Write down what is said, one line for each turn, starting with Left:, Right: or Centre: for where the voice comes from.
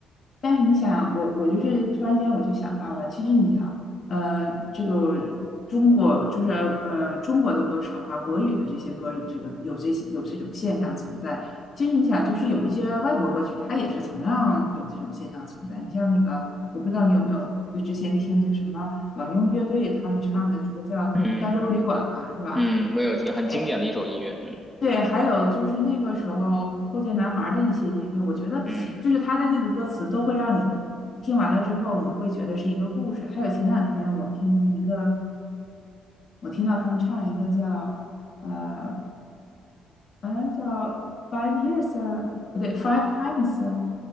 Left: 但是你想，我我就是突然间我就想到了，其实你想，呃，这个中国就是呃中国的歌手哈、国语的这些歌有这个有这些有这种现象存在。其实你想，就是有一些外国歌曲，它也是同样有这种现象存在。你像那个，我不知道你有没有，就之前听就什么老鹰乐队他们唱的一个叫《加州旅馆》吧，
Centre: 嗯
Left: 是吧？
Centre: 嗯，没有听，很经典的一首音乐。
Left: 哎
Centre: 嗯
Left: 对，还有就是那个时候后街男孩儿的一些音乐，我觉得就是他的那个歌词都会让你听完了之后，
Centre: 嗯
Left: 你会觉得是一个故事。还有前两天我听一个，我听到他们唱一个叫呃，好像叫《Five Years》啊，不对，《Five Times》啊，